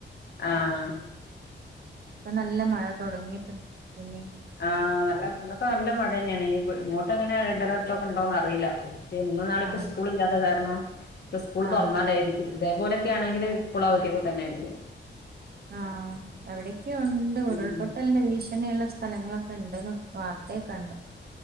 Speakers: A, on the left; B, on the right.
A: ആഹ്
B: ഇപ്പൊ നല്ല മഴ തുടങ്ങിയിട്ടുണ്ട് പിന്നിം
A: ആഹ് നല്ല ഇന്നൊക്കെ നല്ല മഴ തന്നെയാണ് ഇനി ഇങ്ങോട്ട് എങ്ങനെ റെഡ് അലെർട്ടൊക്കെ ഉണ്ടോന്ന് അറിയില്ല പ്പൊ ഇന്നും നാളെക്കെ
B: ആഹ്
A: സ്കൂൾ ഇല്ലാത്ത കാരണം ഇപ്പ സ്കൂള്
B: ആഹ്
A: തുറന്നാലായിരിക്കും ഇതേപോലൊക്കെ ആണെങ്കിൽ സ്കൂൾ അവധിയൊക്കെ തന്നൊയിരിക്കും
B: ആഹ് എവിടയൊക്കെയോ ഉണ്ട് ഉരുൾപൊട്ടലിന്റെ
A: ഉം
B: വീശ് ഇങ്ങനെയുള്ള സ്ഥലങ്ങളൊക്കെ ഉണ്ടെന്ന് വാർത്തയെ കണ്ട്